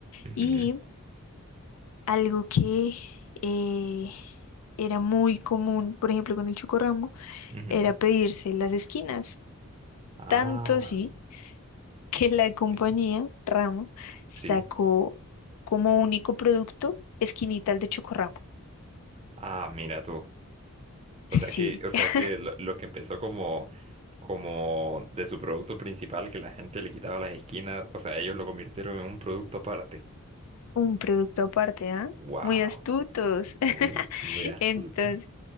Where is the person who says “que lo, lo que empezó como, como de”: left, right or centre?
Right